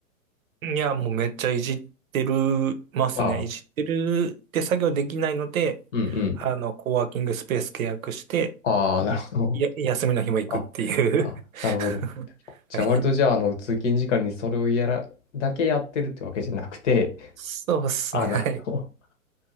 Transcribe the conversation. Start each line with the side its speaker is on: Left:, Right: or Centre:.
Right: <laughs> いや、もうめっちゃいじってるますね。
Left: ああ、
Right: いじってるって作業できないので、
Left: うんうん。
Right: あの、コワーキングスペース契約して、
Left: ああ、なるほど。
Right: や、休みの日も行くっていう。
Left: あ、あ、なるほど。
Right: <laughs>
Left: じゃあ割とじゃあ、
Right: はい。
Left: あの、通勤時間にそれをやら、だけやってるってわけじゃなくて、
Right: そうっすね。
Left: <laughs> あ、
Right: はい。
Left: なるほど。